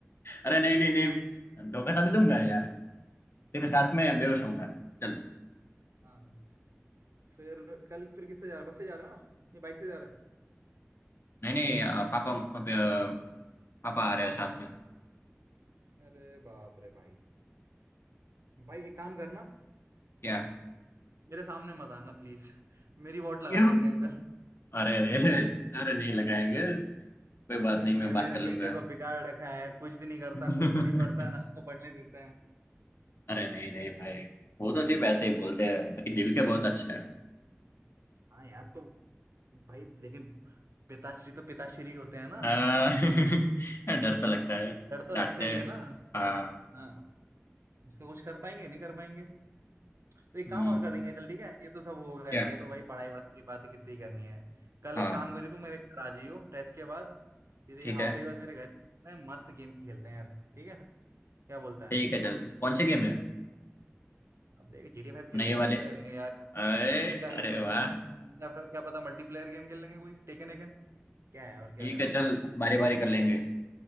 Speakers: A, on the right; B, on the left.
A: <laughs> ठीक
B: अरे नहीं
A: है
B: नहीं नहीं धोखा तो नहीं दूंगा यार तेरे साथ में
A: हम्म,
B: बेहोश
A: धोखा
B: होऊंगा
A: मत
B: चल
A: हाँ फिर कल फिर किससे जा रहा है बस से जा रहा है ना ये बाइक से जा रहा
B: नहीं नहीं अ, पापा अब, अ, पापा आ रहे हैं साथ में
A: है अरे बाप रे भाई भाई एक काम करना
B: क्या
A: मेरे सामने मत आना प्लीज मेरी वोट लगा
B: क्यों
A: जाएंगे अंकल
B: अरे अरे अरे अरे नहीं लगाएंगे कोई बात
A: कहेंगे
B: नहीं मैं बात
A: मेरे
B: कर लूंगा
A: बेटे को बिगाड़ रखा है कुछ भी नहीं करता
B: <laughs>
A: खुद भी नहीं पढ़ता है ना उसको पढ़ने देता है
B: अरे नहीं नहीं भाई वो तो सिर्फ ऐसे ही बोलते हैं बाकी दिल के बहुत अच्छे हैं
A: हाँ यार तो भाई लेकिन पिताश्री तो पिताश्री होते हैं ना
B: आ, <laughs> डर तो लगता है
A: डर तो
B: डांटते
A: लगता ही
B: हैं
A: है ना
B: हाँ
A: हाँ उसका कुछ कर पाएंगे नहीं कर पाएंगे तो एक
B: हम्म,
A: काम और करेंगे चल ठीक है ये तो सब हो गया
B: क्या
A: है ये तो भाई पढ़ाई वढ़ाई की बात कितनी करनी है कल
B: हाँ
A: एक काम करी तू मेरे घर आ जाइयो टेस्ट के बाद सीधे
B: ठीक
A: ये हाफ
B: है
A: डे के बाद मेरे घर चलते हैं, मस्त गेम खेलते हैं यार ठीक है क्या बोलता
B: ठीक
A: है
B: है चल कौन से गेम है
A: अब देख जी टी ए फाइव खेल
B: नहीं
A: लेंगे
B: ये वाले
A: और क्या करेंगे यार
B: अरे
A: क्या क्या
B: अरे
A: क्या
B: वाह
A: फिर मल्टी क्या फिर क्या पता मल्टीप्लेयर गेम खेल लेंगे कोई टेकन एकन क्या है और क्या
B: ठीक
A: करेंगे
B: है चल बारी बारी कर लेंगे